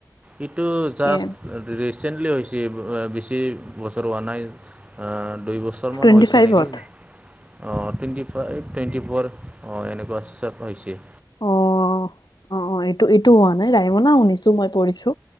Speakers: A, on the right (about 15°); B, on the left (about 75°).
A: এইটো জাষ্ট
B: এ
A: ৰি ছেণ্টলি হৈছে এইবোৰ বেছি বছৰ হোৱা নাই, আ দুই বছ ছৰ মান
B: টুৱেণ্টি
A: হৈছে
B: ফাইভত
A: নেকি, অ' twenty five twenty four অ' এনেকোৱা হৈছে।
B: অ অ অ এইটো এইটো হোৱা নাই ৰাাইমনা শুনিছো মই পঢ়িছো।